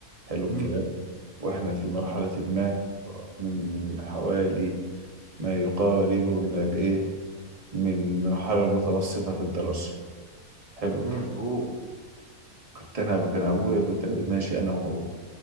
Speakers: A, on the right (about 25°); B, on the right (about 45°).
A: حلو الكلام
B: امم
A: واحنا في مرحله ما من حوالي ما يقارب من الايه من مرحله متوسطه في الدراسه حلو
B: امم
A: الكلام
B: اوه
A: كنت انا كان ابويا كنت انا ماشي انا وهو